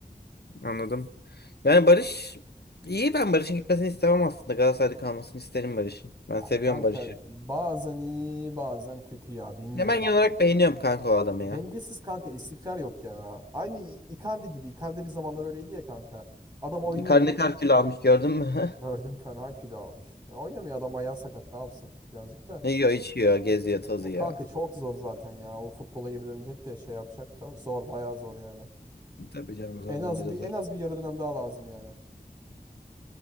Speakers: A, on the left; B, on the right.
A: Anladım. Yani Barış iyi ben Barış'ın gitmesini istemem aslında. Galatasaray'da kalmasını isterim Barış'ın. Ben
B: Ya
A: seviyorum
B: kanka
A: Barış'ı.
B: bazen iyi bazen kötü ya bilmiyorum.
A: Ya ben genel olarak beğeniyorum kanka o adamı
B: Dengesiz
A: ya.
B: kanka istikrar yok ya. Aynı Icardi gibi. Icardi bir zamanlar öyleydi ya kanka. Adam oynuyordu.
A: Karne kar kilo almış gördün mü?
B: Gördüm
A: <laughs>
B: fena kilo almış. E, oynamıyor adam ayağı sakat ne yapsın birazcık da.
A: Ne yiyor içiyor geziyor tozuyor.
B: O kanka çok zor zaten ya. O futbola geri dönecek de şey yapacak da zor bayağı zor yani.
A: Tabii canım zor
B: En az
A: bence de
B: bir
A: zor.
B: en az bir yarı dönem daha lazım yani.